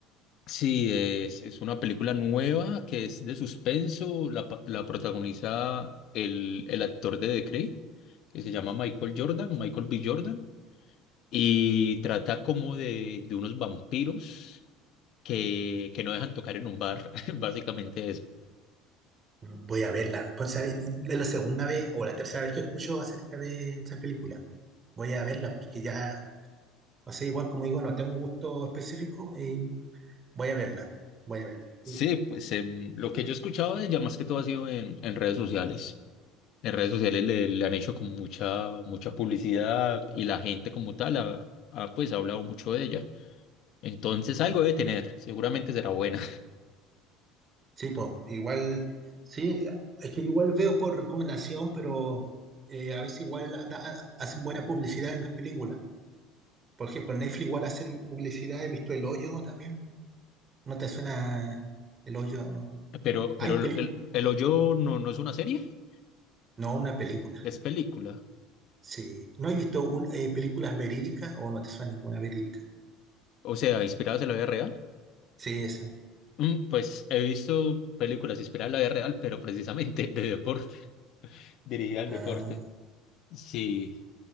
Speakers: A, on the left; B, on the right.
A: Sí, es, es una película nueva que es de suspenso, la, pa- la protagoniza el, el actor de The Creed, que se llama Michael Jordan, Michael B. Jordan, y trata como de, de unos vampiros que, que no dejan tocar en un bar, <laughs> básicamente eso.
B: no. Voy a verla. Pues, ¿sabe? es la segunda vez o la tercera vez que escucho acerca de esa película. Voy a verla porque ya No sé, igual como digo, no tengo un gusto específico y voy a verla. Voy a verla.
A: Sí,
B: Sí,
A: pues em, lo que yo he escuchado de ella más que todo ha sido en, en redes sociales. En redes sociales le, le han hecho como mucha, mucha publicidad y la gente como tal ha, ha, pues ha hablado mucho de ella. Entonces algo debe tener, seguramente será buena.
B: sí, pues, igual, sí, es que igual veo por recomendación, pero eh, a veces igual ha- da- hacen buena publicidad en las películas. Por ejemplo, en Netflix igual hacen publicidad, he visto El Hoyo también. ¿No te suena El Hoyo? No.
A: <laughs> Pero, pero
B: Hay
A: el,
B: película,
A: el- El Hoyo no, no es una serie,
B: no, una película.
A: es película.
B: Sí. ¿No has visto un- eh, películas verídicas o no te suena ninguna verídica?
A: O sea, inspiradas en la vida real.
B: Sí, esa.
A: Mm, Pues he visto películas inspiradas en la vida real, pero precisamente de deporte, <laughs> dirigida al
B: Ah.
A: deporte. Sí.